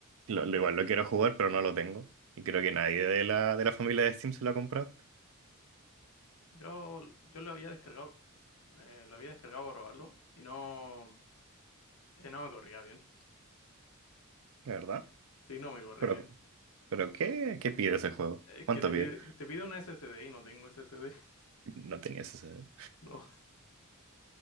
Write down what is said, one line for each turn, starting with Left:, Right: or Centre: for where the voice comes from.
Right: Lo, lo igual lo quiero jugar, pero no lo tengo. Y creo que nadie de la, de la familia de Steam se lo ha comprado,
Left: Yo, yo lo había descargado, eh, lo había descargado para probarlo y no, eh, no me corría bien.
Right: de verdad.
Left: Sí, no me corre
Right: Pero,
Left: bien.
Right: pero ¿qué, qué pide ese juego?
Left: Es
Right: ¿Cuánto
Left: que te
Right: pide?
Left: pide, te pide una SSD y no tengo SSD. <laughs>
Right: No tenía ese C D.
Left: No.